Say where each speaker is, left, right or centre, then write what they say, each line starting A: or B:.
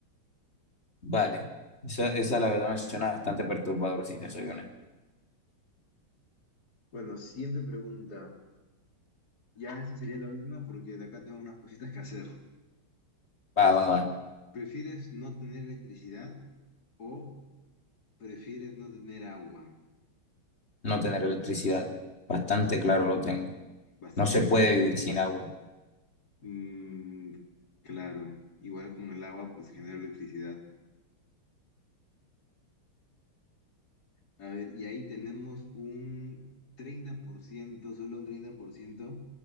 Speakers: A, on the left (about 30°); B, on the left (about 45°).
A: Vale. Esa, esa la verdad me suena bastante perturbadora, si te soy honesto.
B: Bueno, siguiente pregunta. Ya esta sería la última porque de acá tengo unas cositas que hacer.
A: Va, va,
B: <laughs>
A: va.
B: ¿Prefieres no tener electricidad o prefieres no tener agua?
A: No tener electricidad. Bastante claro lo tengo.
B: Bastante
A: No se
B: claro.
A: puede vivir sin agua.
B: Mm, claro, igual con el agua, pues genera electricidad. A ver, y ahí tenemos un 30% solo un 30%